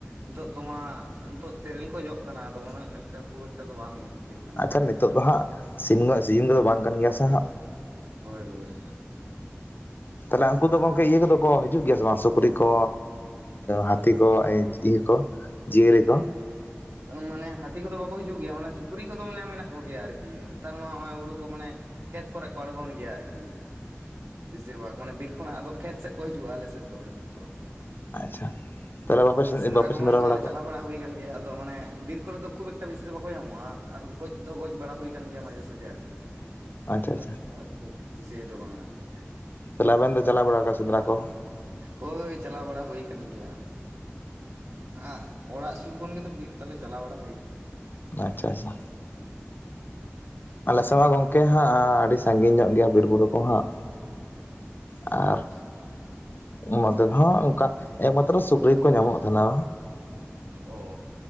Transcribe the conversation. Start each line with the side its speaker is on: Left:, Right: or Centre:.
Right: ᱱᱤᱛᱚᱜ ᱛᱚᱢᱟ, ᱱᱤᱛᱚᱜ ᱛᱮᱨᱮᱞ ᱠᱚ ᱡᱚᱜ ᱠᱟᱱᱟ ᱾ ᱟᱫᱚ ᱩᱱᱟᱹᱜ ᱮᱠᱴᱟ ᱠᱷᱩᱵ ᱮᱠᱴᱟ ᱫᱚ ᱵᱟᱝ? ᱤᱭᱟᱹᱜ ᱠᱟᱱᱟ
Left: ᱟᱪᱪᱷᱟ
Right: ᱟᱨᱠᱤ
Left: ᱱᱤᱛᱚᱜ ᱫᱚ ᱦᱟᱸᱜ, ᱥᱤᱱᱢᱟ ᱥᱤᱡᱤᱱ ᱠᱚᱼᱫᱚ ᱵᱟᱝ ᱠᱟᱱ ᱜᱮᱭᱟ᱾ ᱥᱮ ᱦᱟᱸᱜ
Right: ᱦᱳᱭ, ᱦᱳᱭ
Left: ᱛᱟᱦᱚᱞᱮ ᱩᱱᱠᱩ ᱫᱚ ᱜᱚᱝᱠᱮ ᱤᱭᱟᱹ ᱠᱚᱼᱫᱚ ᱠᱚ ᱦᱤᱡᱩᱜ ᱜᱮᱭᱟ᱾ ᱥᱮ ᱵᱟᱝ ᱥᱩ ᱯᱩᱠᱨᱤ ᱠᱚ, ᱦᱟᱹᱛᱤ ᱠᱚ, ᱤᱭᱟᱹ ᱠᱚ ᱡᱤᱭᱟᱹᱞᱤ ᱠᱚ
Right: ᱢᱟᱱᱮ ᱦᱟᱹᱛᱤ ᱠᱚᱼᱫᱚ ᱵᱟᱠᱚ ᱦᱤᱡᱩᱜ ᱜᱮᱭᱟ ᱾ ᱢᱟᱱᱮ ᱥᱩᱠᱨᱤ ᱠᱚᱼᱫᱚ ᱢᱟᱱᱮ ᱢᱮᱱᱟᱜ ᱠᱚᱜᱮᱭ-ᱟ ᱾ ᱟᱨᱠᱤ ᱱᱮᱛᱟᱨ ᱢᱟ ᱱᱚᱜᱼᱚᱭ ᱦᱩᱲᱩ ᱠᱚ ᱢᱟᱱᱮ ᱠᱷᱮᱛ ᱠᱚᱨᱮ ᱠᱚ ᱟᱲᱜᱚᱱ ᱜᱮᱭᱟ ᱟᱨᱠᱤ᱾ ᱵᱮᱥᱤᱨ ᱵᱷᱟᱜᱽ ᱢᱟᱱᱮ ᱵᱤᱨ ᱠᱷᱚᱱᱟᱜ ᱟᱫᱚ ᱠᱷᱮᱛ ᱥᱮᱫ ᱠᱚ ᱦᱤᱡᱩᱜᱼᱟ ᱾ᱟᱞᱮ ᱥᱮᱫ ᱫᱚ ᱱᱩᱠᱩ ᱫᱚ᱾
Left: ᱟᱪᱪᱷᱟ ᱛᱟᱦᱚᱞᱮ ᱵᱟᱯᱮ
Right: ᱟ ᱥᱮᱸᱫᱽᱨᱟ
Left: ᱵᱟᱯᱮ
Right: ᱠᱚᱢᱟ ᱚᱱᱠᱟ
Left: ᱠᱚᱣᱟ
Right: ᱪᱟᱞᱟᱣ ᱵᱟᱲᱟ ᱦᱩᱭ ᱠᱟᱱ ᱜᱮᱭᱟ ᱾ ᱟᱫᱚ ᱢᱟᱱᱮ ᱵᱤᱨ ᱠᱚᱨᱮ ᱫᱚ ᱠᱷᱩᱵ ᱮᱠᱴᱟ ᱵᱮᱥᱤ ᱫᱚ ᱵᱟᱠᱚ ᱧᱟᱢᱚᱜᱼᱟ᱾ ᱟᱨ ᱜᱚᱡ ᱫᱚ ᱜᱚᱡ ᱵᱟᱲᱟ ᱦᱩᱭ ᱠᱟᱱ ᱜᱮᱭᱟ᱾ ᱢᱟᱡᱷᱮ ᱥᱟᱡᱷᱮ ᱟᱨᱠᱤ᱾
Left: ᱟᱪᱪᱷᱟ
Right: ᱩᱱᱟᱹᱜ
Left: ᱟᱪᱪᱷᱟ
Right: ᱮᱠᱴᱟ ᱠᱷᱩᱵ <unintelligible> ᱠᱩᱮᱥᱤᱭ ᱫᱚ ᱵᱟᱝ ᱟᱨᱠᱤ᱾
Left: ᱛᱟᱦᱚᱞᱮ ᱟᱵᱮᱱ ᱫᱚ ᱪᱟᱞᱟ ᱵᱟᱲᱟᱜ ᱠᱟᱱᱟ ᱥᱮᱫᱽᱨᱟ ᱠᱚ?
Right: ᱦᱳᱭ, ᱦᱳᱭ ᱪᱟᱞᱟᱣ ᱵᱟᱲᱟ ᱦᱩᱭ ᱟᱠᱟᱱ ᱜᱮᱭᱟ᱾ ᱟᱸ ᱚᱲᱟᱜ ᱥᱩᱨ ᱠᱷᱚᱱ ᱜᱮᱛᱚ ᱵᱤᱨ ᱛᱟᱦᱚᱞᱮ ᱪᱟᱞᱟᱣ ᱵᱟᱲᱟ᱾ ᱦᱩᱭ ᱠᱟᱱ
Left: ᱟᱪᱪᱷᱟ -ᱟᱪᱪᱷᱟ᱾ ᱟᱞᱮ ᱥᱮᱫ ᱢᱟ ᱜᱚᱝᱠᱮ ᱦᱟᱸᱜ, ᱟᱹᱰᱤ ᱥᱟᱺᱜᱤᱧ ᱧᱚᱜ ᱜᱮᱭᱟ᱾ ᱵᱤᱨᱼᱵᱩᱨᱩ ᱠᱚ ᱦᱟᱸᱜ ᱟᱨ
Right: ᱚ ᱟᱪᱪᱷᱟ ᱟᱪᱪᱷᱟ᱾
Left: ᱱᱚᱛᱮ ᱫᱚ ᱦᱟᱸᱜ ᱚᱱᱠᱟ, ᱮᱠᱢᱟᱛᱨᱚ ᱥᱩᱠᱨᱤ ᱠᱚ ᱧᱟᱢᱚ-ᱜ ᱛᱟᱦᱮᱱᱟ᱾
Right: ᱚᱻ